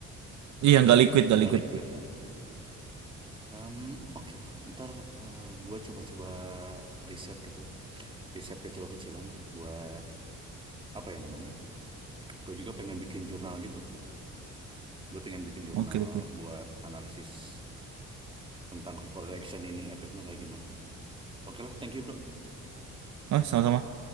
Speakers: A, on the right; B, on the right.
A: Iya nggak
B: ya
A: liquid, nggak
B: nggak
A: liquid.
B: liquid ah. Em, oke lah ntar eh, gua coba-coba riset gitu riset kecil-kecilan lah buat apa ya namanya gue juga pengen bikin jurnal gitu Gue pengen bikin jurnal
A: Oke, oke.
B: buat analisis tentang corporate action ini, efeknya kayak gimana. Oke lah, thank you bro.
A: Oh, sama-sama.